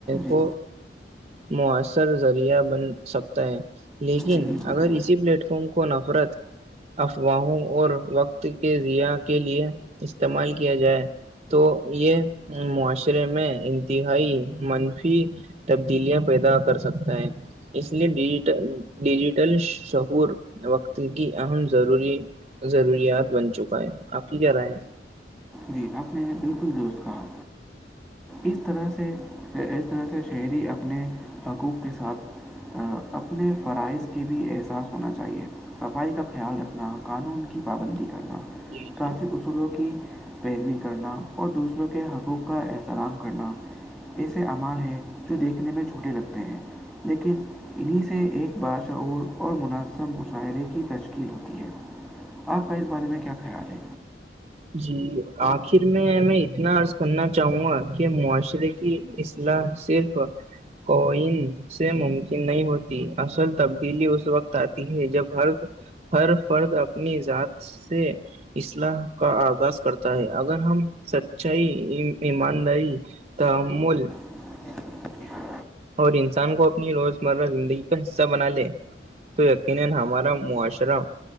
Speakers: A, in the centre; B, on the right (about 35°).
A: جی
B: کو مؤثر ذریعہ بن سکتا ہے لیکن
A: جی بالکل بالکل
B: اگر اسی پلیٹ فارم کو نفرت افواہوں اور وقت کے ضیاع کے لیے استعمال کیا جائے تو یہ معاشرے میں انتہائی منفی تبدیلیاں پیدا کر سکتا ہے اس لیے ڈیجیٹ ڈیجیٹل شعور وقت کی اہم ضروری ضروریات بن چکا ہے آپ کی کیا رائے ہے
A: جی آپ نے بالکل جو اس کاا اس طرح سے اس طرح سے شہری اپنے حقوق کے ساتھ اپنے فرائض کے بھی احساس ہونا چاہیے صفائی کا خیال رکھنا قانون کی پابندی کرنا
B: جی جی
A: ٹرریفک اصولوں کی پیروی کرنا اور دوسروں کے حقوق کا احترام کرنا ایسے امال ہیں جو دیکھنے میں چھوٹے لگتے ہیں لیکن انہیں سے ایک باشعور اور منظم مشاہرے کی تشکیل ہوتی ہے آپ کا اس بارے میں کیا خیال ہے
B: جی آخر میں میں اتنا عرض کرنا چاہوں گا کہ معاشرے کی اسلاح صرف کوئین سے ممکن نہیں ہوتی اصل تبدیلی اس وقت آتی ہے جب ہر ہر فرد اپنی ذات سے اصلاح کا آغاز کرتا ہے اگر ہم سچائی ایمانداری تو مول
A: <inaudible>
B: اور انسان کو اپنی روزمرہ زندگی کا حصہ بنا لے تو یقینا ہمارا معاشرہ